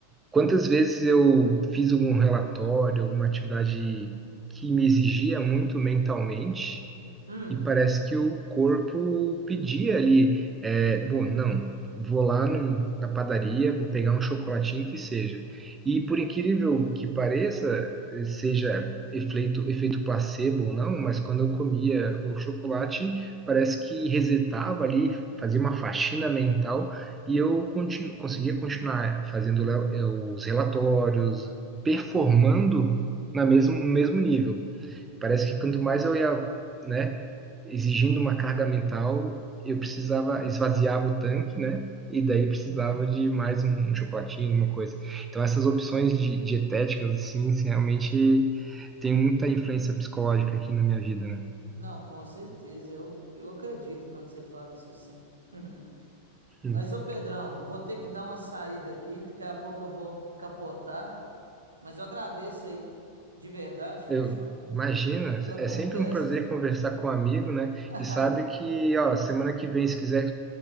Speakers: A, on the right; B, on the right.
A: Quantas vezes eu fiz algum relatório, alguma atividade que me exigia muito mentalmente,
B: Hum,
A: E parece que o corpo pedia ali, é, bom, não, vou lá no- na padaria, vou pegar um chocolatinho que seja. E por incrível que pareça, eh, seja efeito, efeito placebo ou não, mas quando eu comia o chocolate, parece que resetava ali, fazia uma faxina mental e eu continu, conseguia continuar fazendo le- eh, os relatórios, performando na mesmo, no mesmo nível. Parece
B: muito
A: que quanto
B: bom.
A: mais eu ia, né, exigindo uma carga mental, eu precisava esvaziava o tanque, né? E daí precisava
B: Sim.
A: de mais um, um chocolatinho, alguma coisa. Então essas opções de, dietéticas assim, assim, realmente tem muita influência psicológica aqui na minha vida, né?
B: Não, com certeza, eu, eu acredito quando você fala isso sim. <laughs>
A: Hum.
B: Mas, ô Pedrão, vou ter que dar uma saída aqui, daqui a pouco eu vou capotar, mas eu agradeço aí, de verdade, fechou?
A: Eu, imagina,
B: Pela
A: é
B: conversa.
A: sempre um prazer conversar com um amigo, né?
B: <laughs>
A: E sabe que,
B: Com certeza.
A: ó, semana que vem, se quiser